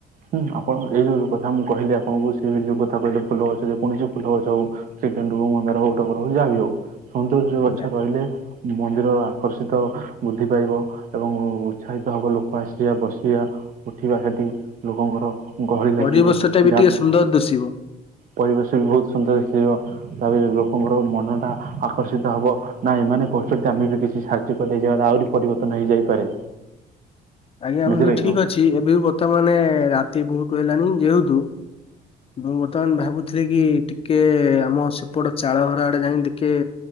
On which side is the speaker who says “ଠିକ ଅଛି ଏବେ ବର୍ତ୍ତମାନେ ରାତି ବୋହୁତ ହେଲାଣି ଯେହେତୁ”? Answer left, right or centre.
Left